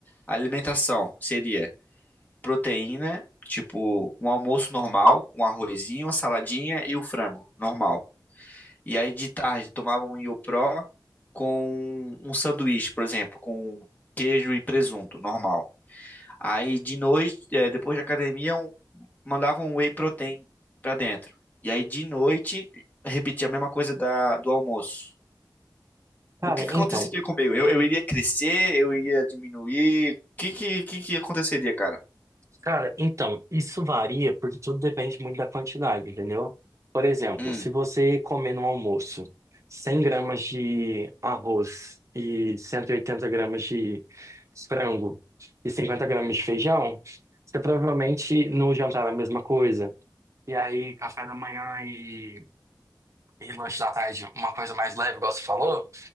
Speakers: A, on the left; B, on the right.
A: a alimentação seria proteína, tipo um almoço normal, um arrozinho, uma saladinha e o frango normal. E aí de tarde tomava um Iopro com um sanduíche, por exemplo, com queijo e presunto, normal. Aí de noite, eh, depois da academia, um- mandava um whey protein pra dentro. E aí de noite, repetia a mesma coisa da, do almoço.
B: Cara,
A: O que que
B: então,
A: aconteceria comigo? Eu, eu iria crescer, eu iria diminuir. O que que, que que aconteceria, cara?
B: Cara, então, isso varia porque tudo depende muito da quantidade, entendeu? Por exemplo,
A: Hum,
B: se você comer no almoço 100 gramas de arroz e 180 gramas de frango e 50 gramas de feijão, você provavelmente no jantar é a mesma coisa. E aí, café da manhã e, e lanche da tarde, uma coisa mais leve, igual você falou,